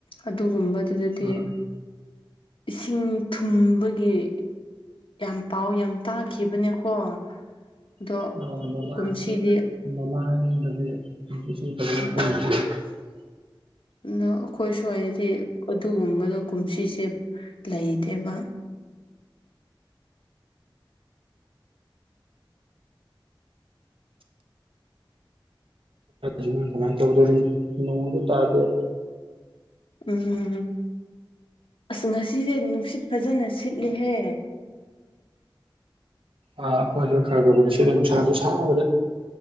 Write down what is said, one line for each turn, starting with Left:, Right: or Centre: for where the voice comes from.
Left: ꯑꯗꯨꯒꯨꯝꯕꯗꯨꯗꯗꯤ
Right: ꯑꯥ
Left: ꯏꯁꯤꯡ ꯊꯨꯝꯕꯒꯤ ꯌꯥꯝ ꯄꯥꯎ ꯌꯥꯝ ꯇꯥꯈꯤꯕꯅꯦꯀꯣ ꯑꯗꯣ
Right: ꯑ
Left: ꯀꯨꯝꯁꯤꯗꯤ
Right: ꯃꯃ ꯃꯃ ꯐ
Left: ꯎꯝ ꯑꯗꯣ ꯑꯩꯈꯣꯏ ꯁ꯭ꯋꯥꯏꯗꯗꯤ ꯑꯗꯨꯒꯨꯝꯕꯗꯣ ꯀꯨꯝꯁꯤꯁꯦ ꯂꯩꯇꯦꯕ
Right: ꯔꯥꯃ ꯀꯃꯥꯏꯅ ꯇꯧꯗꯣꯔꯤ ꯅꯣꯡꯃꯁꯨ ꯇꯥꯗꯦ
Left: ꯎꯝ ꯎꯝ ꯑꯁ ꯉꯁꯤꯁꯦ ꯅꯨꯡꯁꯤꯠ ꯐꯖꯅ ꯁꯤꯠꯂꯦꯍꯦ
Right: ꯑꯥ ꯍꯣꯏꯁꯨ ꯈꯔ ꯈꯔꯕꯨꯗꯤ ꯁꯤꯠꯂ ꯅꯨꯡꯁꯥꯁꯨ ꯁꯥꯕꯗ